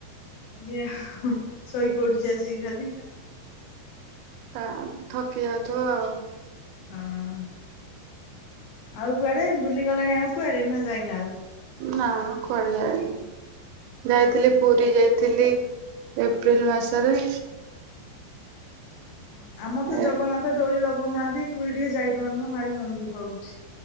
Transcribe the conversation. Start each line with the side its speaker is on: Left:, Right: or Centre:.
Left: ଝିଅ ଶୋଇ ପଡୁଚି ଆସିକି ଖାଲି।
Right: ତା ଥକି ଯାଉଥିବ ଆଉ।
Left: ହଁ ଆଉ କୁଆଡେ ବୁଲିଗଲଣି ଆଉ କୁଆଡେ ନା ଯାଇନ ଆଉ।
Right: ନା କୁଆଡ଼େ ଯାଇନି। ଯାଇଥିଲି ପୁରୀ ଯାଇଥିଲି ଏପ୍ରିଲ ମାସରେ।
Left: ହୁ ଆମର
Right: ଏ
Left: ତ ଜଗନ୍ନାଥ ଡୋରି ଲଗଉନାହାନ୍ତି ପୁରୀ ଟିକେ ଯାଇପାରୁନୁ ଭାରି ମନ ଦୁଃଖ ହଉଚି।